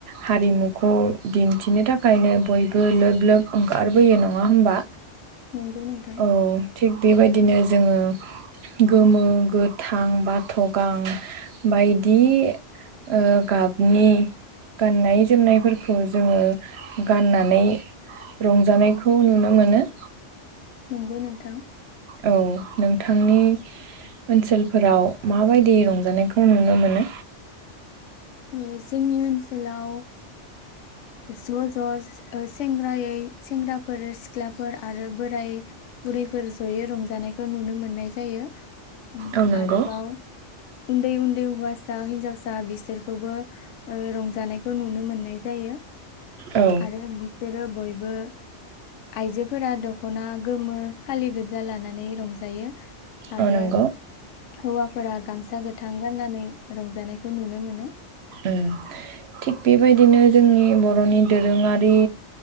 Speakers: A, on the right; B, on the left.
A: हारिमुखौ दिन्थिनो थाखायनो बयबो लोब लोब ओंखारबोयो नङा होमबा।
B: नंगौ नोंथां
A: औ थिक बेबायदि बिदिनो जोङो गोमो गोथां बाथ' गां बायदि ओ गाबनि गाननाय जोमनायफोरखौ खौ जोङो गाननानै रंजानायखौ नुनो मोनो।
B: नंगौ नोंथां।
A: औ नोंथांनि ओनसोलफोराव माबायदि रंजानायखौ नुनो मोनो?
B: जोंनि ओनसोलाव ज' ज' ओ सेंग्रायै सेंग्राफोर सिख्लाफोर आरो बोराय बुरैफोर जयै रंजानायखौ नुनो मोननाय जायो।
A: औ नंगौ।
B: आरोबाव उन्दै उन्दै होवासा हिनजासा दा बिसोरखौबो रंजानायखौ नुनो मोननाय जायो।
A: औ
B: आरो बिसोरो बयबो बो आइजोफोरा दख'ना गोमो फालिगोजा लाना नै रंजायो आरो
A: औ नंगौ
B: हौवाफोरा गामसा गोथां गाननानै रंजानायखौ नुनो मोनो
A: ओं थिग बेबायदिनो ज जोंनि बर'नि दोरोङारि